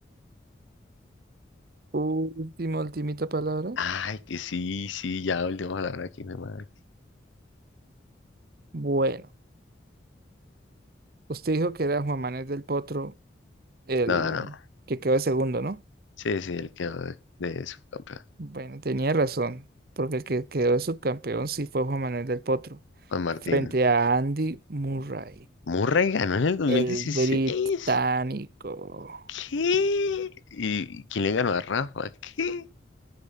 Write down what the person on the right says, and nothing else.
Última, ultimita palabra.
Bueno, usted dijo que era Juan Manuel del Potro el
que quedó de segundo, ¿no?
Bueno, tenía razón, porque el que quedó de subcampeón sí fue Juan Manuel del Potro,
frente a Andy Murray,
el
británico.